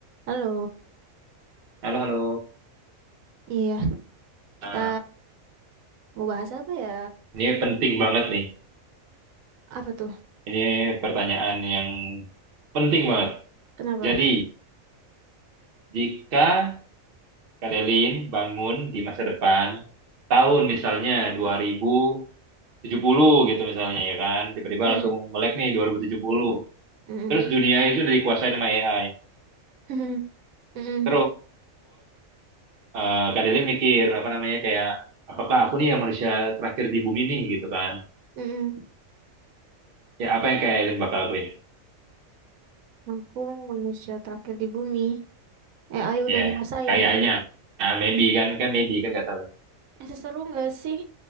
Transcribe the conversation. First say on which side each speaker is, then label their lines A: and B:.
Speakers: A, on the right; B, on the right.
A: Halo,
B: Halo, halo.
A: iya, kita
B: Nah,
A: mau bahas apa ya?
B: ini penting banget nih.
A: Apa tuh?
B: Ini pertanyaan yang penting banget.
A: Kenapa?
B: Jadi, jika Kak Delin bangun di masa depan, tahun misalnya 2070 gitu misalnya ya kan, tiba-tiba
A: Hmm,
B: langsung melek nih 2070.
A: mm-mm.
B: Terus dunia itu udah dikuasain sama AI.
A: <laughs> Mm-mm.
B: Terus, eh Kak Delin mikir, apa namanya, kayak, apakah aku nih yang manusia terakhir di bumi nih gitu kan.
A: Mm-mm.
B: Ya, apa yang Kak Delin bakal lakuin?
A: Aku manusia terakhir di bumi. Eh, AI udah
B: ya
A: ngerasain.
B: kayaknya Nah, maybe kan kan maybe kan nggak tahu
A: Eh, seseru nggak sih?